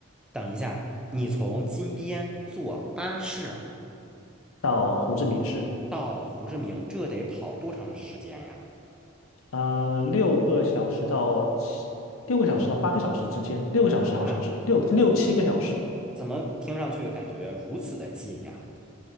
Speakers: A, in the centre; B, on the left.
A: 等一下，你从金边坐巴士
B: 到胡志明市，
A: 到胡志明，这得跑多长时间呀？
B: 呃，六个小时到七，六个小时到八个小时之间，六个小时好像是六六七个小时，
A: 啊，怎么听上去感觉如此的近呀？